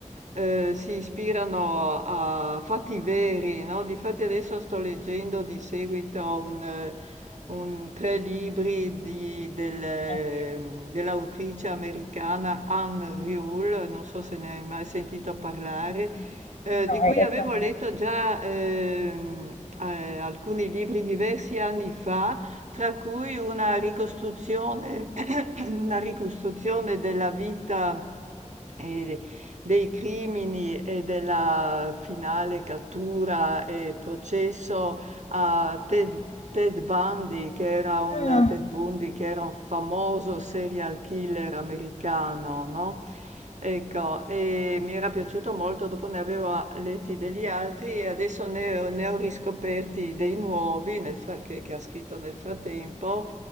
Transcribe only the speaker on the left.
ah,
mm,
no,
in realtà
no.
Ah,